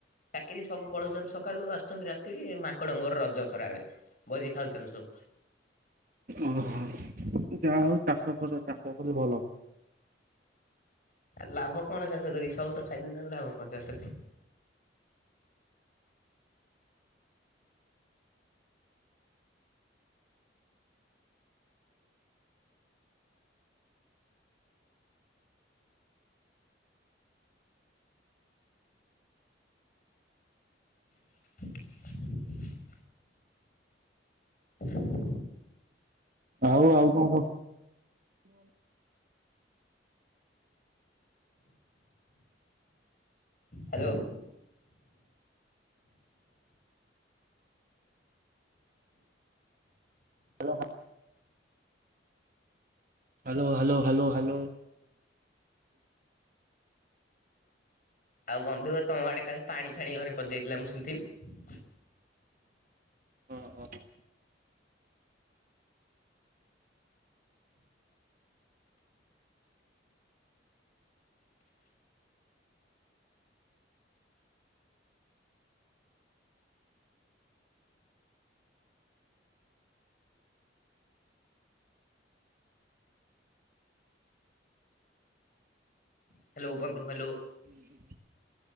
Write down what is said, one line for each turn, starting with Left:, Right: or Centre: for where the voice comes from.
Left: ଚାକିରି ସବୁ ପଳଉଛନ୍ତି ସକାଳୁ ଆସୁଛନ୍ତି ରାତିକି ମାଙ୍କଡଙ୍କର ରଜ ଖରାବେେଳେ। ଭୋଜି ଖାଉଛନ୍ତି ସବୁ।
Right: ଓହୋ ଯାହା ହଉ ଚାଷ କର ଚାଷ କଲେ ଭଲ
Left: ଆଉ ଲାଭ କଣ ଚାଷ କରିକି ସବୁ ତ ଖାଇଦେଉଛନ୍ତି ଲାଭ କଣ ଚାଷ କରି <unintelligible> ହ
Right: ଆଉ ଆଉ କଣ କହ?
Left: ହ୍ୟାଲୋ।
Right: ହଲୋ ହଁ। Hello hello hello hello.
Left: ଆଉ ବନ୍ଧୁ ମ ତମ ଆଡେ କାଳେ ପାଣି ଫାଣି ଘରେ ପସିଯାଇଥିଲା ମୁଁ ଶୁଣିଥିନି।
Right: ଅ ହଁ।
Left: ହ୍ୟାଲୋ ବନ୍ଧୁ ହ୍ୟାଲୋ।
Right: ହୁଁ